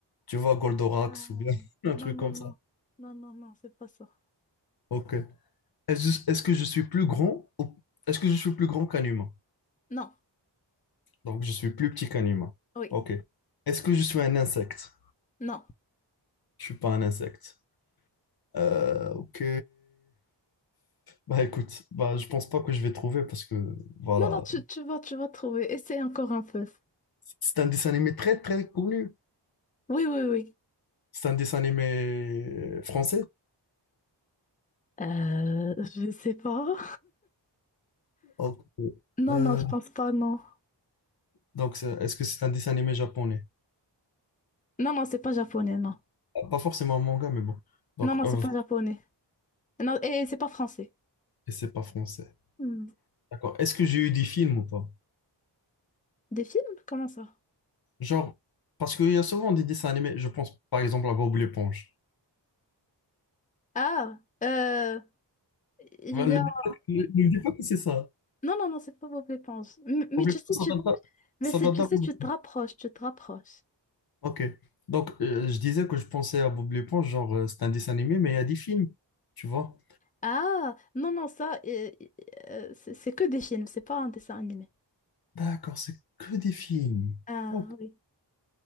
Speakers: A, on the left; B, on the left.
A: tu vois, Goldorak,
B: Ah,
A: ou bien <laughs> un
B: non,
A: truc
B: non,
A: comme
B: non.
A: ça.
B: Non, non, non, c'est pas ça.
A: Ok. Est-ce est-ce que je suis plus grand ou- Est-ce que je suis plus grand qu'un humain?
B: Non.
A: Donc, je suis plus petit qu'un humain.
B: Oui,
A: Ok. Est-ce que je suis un insecte?
B: non.
A: Je suis pas un insecte. Euh, ok. Bah écoute, bah je pense pas que je vais trouver parce que voilà,
B: Non, non, tu, tu vas, tu vas trouver. Essaye encore un peu.
A: c'est un dessin animé très très connu.
B: Oui, oui, oui.
A: C'est un dessin animé euh, français?
B: Euh, je sais pas.
A: Ok.
B: Non,
A: Euh,
B: non, je pense pas, non.
A: donc, c'est- est-ce que c'est un dessin animé japonais?
B: Non, non, c'est pas japonais, non.
A: Pas forcément un manga, mais bon. Donc,
B: Non, non,
A: euh,
B: c'est pas japonais. Non, et c'est pas français.
A: et c'est pas français.
B: Hmm.
A: D'accord. Est-ce que j'ai eu des films ou pas?
B: Des films? Comment ça?
A: Genre, parce qu'il y a souvent des dessins animés. Je pense, par exemple, à Bob l'éponge.
B: Ah, euh, il
A: Ben,
B: y
A: ne
B: a...
A: dis pas ne- ne dis pas que c'est ça.
B: Non, non, non, c'est pas Bob l'éponge. M- Mais,
A: Bob
B: tu
A: l'éponge,
B: sais,
A: ça
B: tu...
A: date d'avant.
B: Mais
A: ça
B: c'est,
A: date
B: tu
A: d'avant.
B: sais, tu te rapproches, tu te rapproches.
A: Ok. Donc, euh, je disais que je pensais à Bob l'éponge, genre, euh, c'est un dessin animé, mais il y a des films. Tu vois?
B: Ah, non, non, ça, euh, euh, c'est c'est que des films, c'est pas un dessin animé.
A: D'accord, c'est que des films.
B: Ah,
A: Ok.
B: oui.